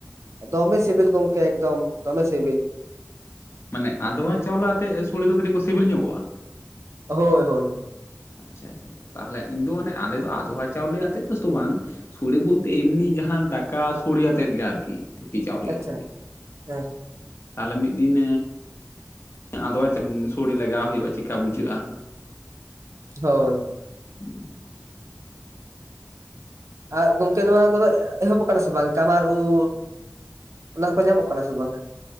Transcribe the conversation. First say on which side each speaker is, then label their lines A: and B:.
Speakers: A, on the right; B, on the left.
A: ᱫᱚᱢᱮ ᱥᱮᱵᱮᱞ ᱜᱚᱢᱠᱮ ᱮᱠᱫᱚᱢ ᱫᱚᱢᱮ ᱥᱮᱵᱮᱞ
B: ᱢᱟᱱᱮ ᱟᱫᱣᱟ ᱪᱟᱣᱞᱮ ᱟᱛᱮᱜ ᱥᱳᱲᱮ ᱫᱚ ᱠᱚ ᱠᱟᱹᱴᱤᱡ ᱠᱚ ᱥᱤᱵᱤᱞ ᱧᱚᱜᱚᱜᱼᱟ
A: ᱦᱳᱭ ᱦᱳᱭ ᱦᱳᱭ
B: ᱟᱪᱪᱷᱟ ᱟᱪᱪᱷᱟ ᱛᱟᱦᱚᱞᱮ ᱤᱧᱫᱚ ᱢᱟᱱᱮ ᱟᱞᱮ ᱫᱚ ᱟᱫᱽᱣᱟ ᱪᱟᱣᱞᱮ ᱟᱛᱮᱫ ᱫᱚ ᱛᱚ ᱵᱟᱝ ᱥᱳᱲᱮ ᱵᱚᱞᱛᱮ ᱮᱢᱱᱤ ᱡᱟᱦᱟᱸ ᱫᱟᱠᱟ ᱥᱳᱲᱮ ᱟᱛᱮᱫ ᱜᱮ ᱟᱨᱠᱤ ᱪᱟᱣᱞᱮ
A: ᱟᱪᱪᱷᱟ
B: ᱟᱛᱮᱫ ᱜᱮ
A: ᱦᱮᱸ
B: ᱛᱟᱦᱚᱞᱮ ᱢᱤᱫ ᱫᱤᱱ ᱟᱫᱽᱣᱟ‌ ᱪᱟᱣᱞᱮ ᱥᱳᱲᱮ ᱞᱟᱜᱟᱣ ᱦᱩᱭᱩᱜᱼᱟ ᱪᱮᱠᱟ ᱵᱩᱡᱷᱟᱹᱜᱼᱟ
A: ᱦᱳᱭ ᱦᱳᱭ
B: <inaudible>
A: ᱟᱨ ᱜᱚᱢᱠᱮ ᱱᱚᱣᱟ ᱠᱚᱫᱚ ᱮᱦᱚᱵᱚᱜ ᱟᱠᱟᱱᱟ ᱥᱮ ᱵᱟᱝ ᱠᱟᱢᱟᱨ ᱩᱫ ᱚᱱᱟ ᱠᱚ ᱧᱟᱢᱚᱜ ᱠᱟᱱᱟ ᱥᱮ ᱵᱟᱝ